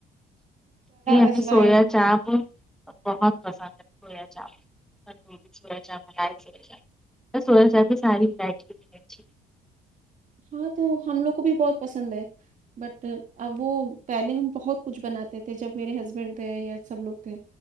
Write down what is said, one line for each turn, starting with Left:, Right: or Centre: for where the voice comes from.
Centre: جی ہمیں
Right: اجوائن
Centre: سویا چاپ بہت پسند ہے سویا چاپ سویا چاپ مانگیں تھے سویا چاپ میں ساری وریڑی
Right: ہاں تو ہم لوگ کو بھی بہت پسند ہے بٹ اب وہ پہلے ہم بہت کچھ بناتے تھے جب میرے ہسبینڈ تھے یا سب لوگ تھے